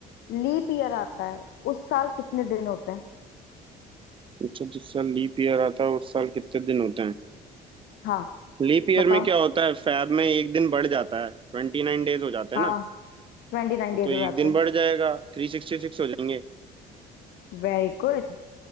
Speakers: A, on the left (about 80°); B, on the right (about 30°).
A: लीप ईयर आता है उस साल कितने दिन होते हैं
B: अच्छा जिस साल लीप ईयर आता है उस साल कितने दिन होते हैं
A: हाँ
B: लीप ईयर
A: बताओ
B: में क्या होता है फैब में एक दिन बढ़ जाता है ट्वेंटी नाइन डेज हो जाते हैं
A: हाँ
B: ना
A: ट्वेंटी नाइन
B: हाँ
A: डेज
B: तो एक
A: हो जाते
B: दिन
A: हैं
B: बढ़ जाएगा थ्री सिक्सटी सिक्स हो जाएंगे
A: Very good